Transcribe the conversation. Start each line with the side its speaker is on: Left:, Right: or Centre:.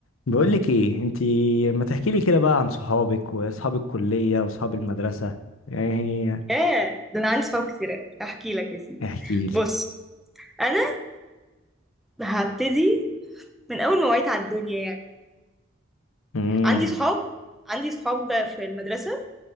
Left: بقولك ايه انتي ما تحكيلي كده بقى عن صحابك واصحاب الكلية واصحاب المدرسة يعني
Centre: ياه ده انا عندي صحاب كتير قوي هحكي لك يا سيدي
Left: احكيلي
Centre: بص انا هبتدي من اول ما وعيت على الدنيا يعني
Left: امم
Centre: عندي صحاب عندي صحاب في المدرسه